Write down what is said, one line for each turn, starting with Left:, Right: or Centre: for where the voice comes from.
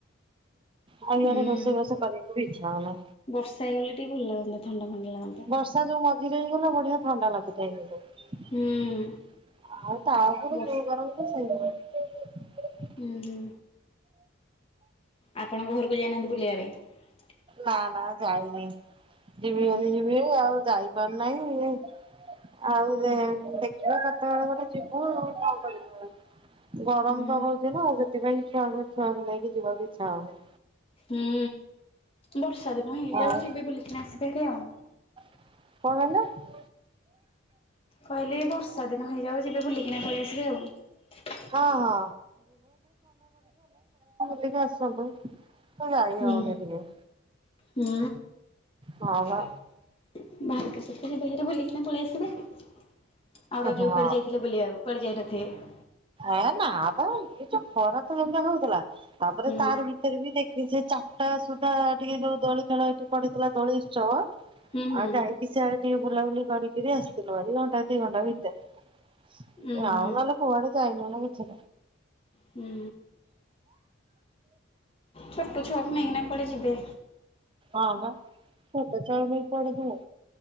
Right: ଆଉ ଇଆଡେ
Left: ହୁଁ
Right: ରୋଷେଇ ବାସ କରିବାକୁ ବି ଇଚ୍ଛା ହଉନି
Left: ବର୍ଷା ହେଇଗଲେ ଟିକେ ଭଲ ଲାଗନ୍ତା ଥଣ୍ଡା ଫଣ୍ଡା ଲାଗନ୍ତା।
Right: ବର୍ଷା ଯୋଉ ମଝିରେ ହେଇଗଲା ବଢିଆ ଥଣ୍ଡା ଲାଗୁଥାଏ କିନ୍ତୁ
Left: ହୁଁ
Right: ଆଉ ତାପରୁ
Left: ବର୍ଷ
Right: ଯୋଉ ଗରମ କୁ ସେଇ ଗରମ।
Left: ହୁଁ ହୁଁ। ଆପଣଙ୍କ ଘରକୁ ଯାଇନାହାନ୍ତି ବୁଲିବା ପାଇଁ?
Right: ନା ନା ଯାଇନି ଯିବି
Left: ହୁଁ
Right: ବୋଲି ଯିବି ଆଉ ଯାଇପାରୁ ନାହିଁ ଆଉ
Left: ହୁଁ
Right: ଦେ ଦେଖିବା କେତେବେଳେ ଗୋଟ ଯିବୁ ଆଉ କଣ କରିବୁ ଆଉ। ଗରମ
Left: ହୁଁ।
Right: ତ ହଉଛି ନା ସେଥିପାଇଁ କିଆ ଛୁଆକୁ ନେଇକି ଯିବାକୁ ଇଚ୍ଛା ହଉନି।
Left: ହୁଁ ବର୍ଷା ଦିନ ହେଇଯାଉ
Right: ଆଉ
Left: ଯିବି ବୁଲିକି ଆସିବି ହାରି ଆଉ।
Right: କଣ କହିଲେ?
Left: କହିଲି କି ବର୍ଷା ଦେ ନ ହେଇଯାଉ ଯିବେ ବୁଲିକିନା ପଳେଇ ଆସିବେ ଆଉ।
Right: ହଁ ହଁ କି ଆସନ୍ତୁ ତୁ ଯାଇ
Left: ହୁଁ
Right: ହୋଉନି ଟିକେ।
Left: ହୁଁ।
Right: ହଁ ବା
Left: ବାହାରେ ତ ସେତିକି ବୁଲିକି ବୁଲିକିନା ପଳେଇ ଆସିବେ। ଆଉ ରଜ
Right: ହଁ
Left: କୁଆଡେ ଯାଇଥିଲେ ବୁଲିବାକୁ କୁଆଡେ ଯାଇନଥିବେ?
Right: ଏ ନା ପା ଏଇ ଯୋଉ ଖରା ତ ଏମିତିଆ ହୋଉଥିଲା ତାପରେ
Left: ହୁଁ
Right: ତାର ଭିତରେ ବି ଦେଖିଲି ସେ ଚା ଟା ସୁଦ୍ଧା ଟିକେ ଯୋଉ ଦୋଳି ଖେଳ ଏଠି ପଢେଇଥିଲା ଦୋଳି ଉତ୍ସବ
Left: ହୁଁ ହୁଁ।
Right: ଆଉ ଯାଇକି ସିଆଡ ଟିକେ ବୁଲାବୁଲି କରିକିରି ଆସିଥିଲୁ ଭାରି ଘଣ୍ଟା ଦିଇ ଘଣ୍ଟା ଭିତରେ
Left: ଉଁ ହୁଁ
Right: ଆଉ ନେଲେ କୁଆଡେ <unintelligible> ଇଚ୍ଛା ନାହିଁ।
Left: ହୁଁ। ଛୋଟ ଛୁଆକୁ ନେଇକି କୁଆଡେ ଯିବେ।
Right: ହଁ ପା ଛୋଟ ଛୁଆଙ୍କ ନେଇକି କୁଆଡେ ଯିବ